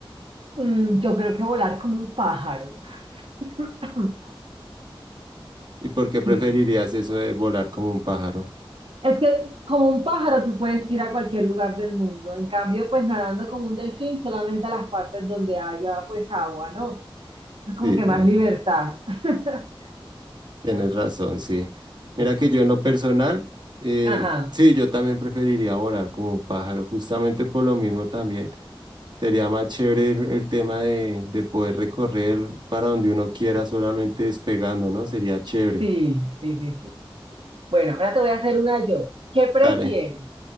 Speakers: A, on the right (about 75°); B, on the right (about 50°).
A: Mm, yo creo que volar como un pájaro. <coughs> <clears throat>
B: ¿Y por qué preferirías
A: Sí,
B: eso de volar como un pájaro?
A: es que como un pájaro tú puedes ir a cualquier lugar del mundo, en cambio pues nadando como un delfín solamente a las partes donde haya pues agua, ¿no? Eso es como
B: Sí,
A: que
B: tienes
A: más libertad.
B: razón.
A: <laughs>
B: Tienes razón, sí.
A: Sí.
B: Mira que yo en lo
A: Bueno,
B: personal, eh,
A: ajá,
B: sí, yo también preferiría volar como un pájaro, justamente por lo mismo también. Sería más chévere el, el tema de, de poder recorrer para donde uno quiera solamente despegando, ¿no? Sería chévere.
A: sí, sí, sí, sí. Bueno, ahora te voy a hacer una yo. ¿Qué prefieres?
B: Dale.